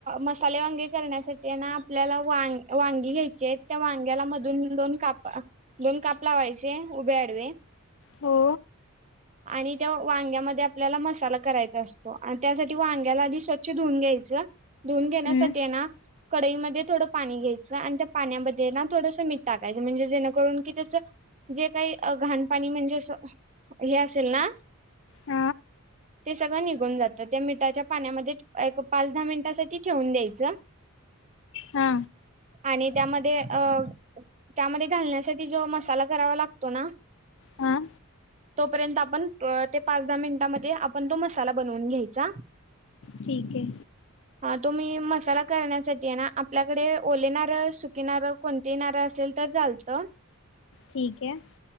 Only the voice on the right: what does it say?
मसाले वांगे करण्यासाठी ना आपल्याला वां वांगी घ्यायचेतत्या वांग्याला मधून दोन काप दोन काप लावायचे उभे आडवे
आणि त्या वांग्यामध्ये आपल्याला मसाला करायचा अस त्यासाठी वांग्याला आधी स्वच्छ धुऊून घ्यायचं धुऊन घेण्यासाठीय
ना कडईमध्येध्ये थोडं पाणी घ्यायचं आणि त्या पाण्यामध्ये ना थोडस मीठ टाकायचं म्हणजे जेणेकरून कि त्याच जे काही घाण पाणी म्हणजे अस हे असेल ना
ते सगळं निघ घुण जात त्या मिठाच्या पाण्यामध्ये एक पाच दहा मिनटासाठी ठेवून द्यायच
आणि त्यामध्ये अ त्यामध्ये घालण्यासाठी जो मसाला करावा लागतो ना,
तोपर्यंत आपण ते पाच दहा मिनिटामध्ये आपण तो मस साला बनवून घ्यायचा
ह तुम्ही मसाला करण्यासाठीय ना आपल्याकडे ओले नारळ सुक कि नारळ कोणती नारळ असेल तर चालतं